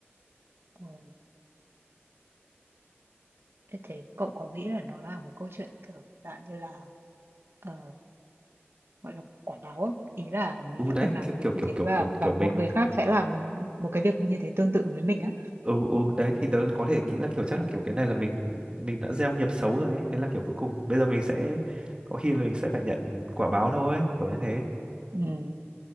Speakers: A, on the right; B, on the right.
A: Ồ. Thế thế cậu có nghĩ là nó là một câu chuyện kiểu dạng như là ờ, gọi là quả báo á. ý là mình
B: ừ
A: đã
B: đấy
A: từng làm
B: kiểu
A: một việc
B: kiểu
A: như
B: kiểu
A: thế
B: kiểu
A: và
B: kiểu
A: và
B: kiểu
A: một
B: mình
A: người khác sẽ làm một cái việc như thế tương tự với mình á
B: ừ ừ đấy thì tớ có thể nghĩ là kiểu chắc là kiểu cái này là mình mình đã gieo nghiệp xấu rồi ấy thế là kiểu cuối cùng bây giờ mình sẽ có khi là mình sẽ phải nhận quả báo thôi kiểu như thế
A: ừ.